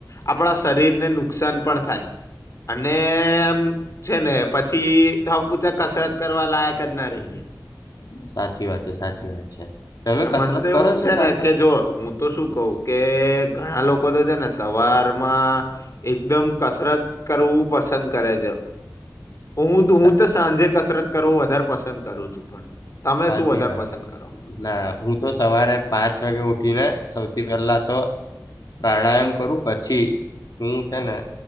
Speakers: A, on the left; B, on the left.
A: આપણા શરીર ને નું નુકસાન પણ થાય અને આમ છે ને પછી હ પૂછે કસરત કરવા લાયક જ ના રહીએ
B: સાચી વાત છે સાચી વાત છે તમે
A: અને
B: કસરત
A: મન તો
B: કરો
A: એવુંમ
B: છો
A: છે
B: સાહેબ
A: ને કે જો હું તો શું કવ કે ઘણા લોકો છે ને સવારમાં એકદમ કસરત કરવું પસંદ કરે છે હું હું
B: સા
A: તો સાંજે કસરત કરવું વધારે પસંદ કરું છું પણ તમે
B: સાચી
A: શું વધારે
B: વાત
A: પસંદ
B: છે
A: કરો
B: ના હું તો સવારે પાંચ વાગે ઉઠીને સૌથી પેલા તો પ્રાણાયામ કરું પછી શું છે ને